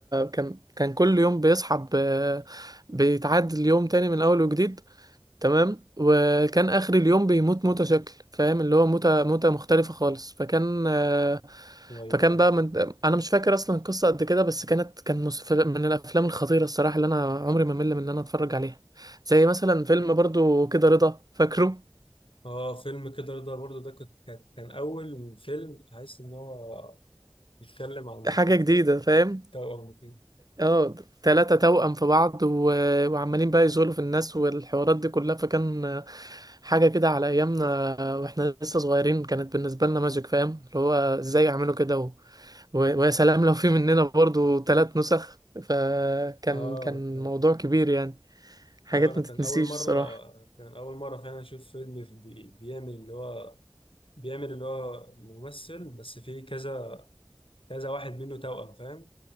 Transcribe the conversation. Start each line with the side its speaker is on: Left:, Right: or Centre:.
Right: كان كان كل يوم بيصحى ب... بيتعاد اليوم تاني من اول وجديد تمام وكان اخر اليوم بيموت موتة شكل فاهم اللي هو موتة موتة مختلفة خالص فكان آه،
Left: ايوه
Right: فكان
Left: ايوه
Right: بقى من انا مش فاكر اصلا القصة قد كده بس كانت كان مس- من الافلام الخطيرة الصراحة اللي انا عمري ما مل من ان انا اتفرج عليها زي مثلا فيلم برضو كده رضا فاكره
Left: اه فيلم كده رضا برضه ده كنت كان كان أول فيلم حاسس إن هو بيتكلم عن
Right: حاجة جديدة فاهم
Left: التوأم وكده
Right: اه تلاتة توأم في بعض و... وعمالين بقى يزولوا في الناس والحوارات دي كلها فكان آه، حاجة كده على أيامنا آه، واحنا لسه صغيرين كانت بالنسبة لنا ماجيك فاهم اللي هو ازاي يعملوا كده و- ويا سلام لو في مننا برضو ثلاث نسخ فكان
Left: اه
Right: كان موضوع كبير يعني حاجات
Left: ايوه انا
Right: ما
Left: كان
Right: تتنسيش
Left: اول مره
Right: الصراحة
Left: كان اول مره فعلا اشوف فيلم بي- بيعمل اللي هو بيعمل اللي هو ممثل بس فيه كذا كذا واحد منه توأم فاهم